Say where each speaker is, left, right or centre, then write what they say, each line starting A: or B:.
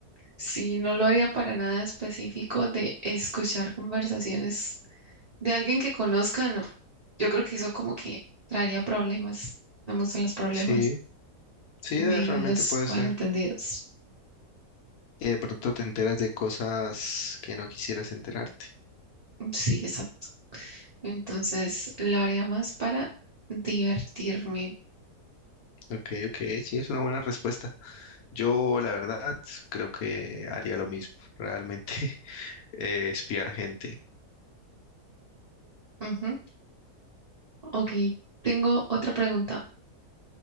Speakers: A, on the right (about 80°); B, on the left (about 70°).
A: sí, no lo haría para nada específico de escuchar conversaciones de alguien que conozca, no. Yo creo que eso como que traería problemas. No me gustan los problemas
B: Sí, sí,
A: ni
B: de- realmente
A: los
B: puede
A: malentendidos.
B: ser. Y de pronto te enteras de cosas que no quisieras enterarte.
A: Sí, exacto. Entonces lo haría más para divertirme.
B: Ok, ok, sí, es una buena respuesta. Yo, la verdad, creo que haría lo mismo, realmente, <laughs> eh, espiar gente.
A: Ujú. Ok, tengo otra pregunta.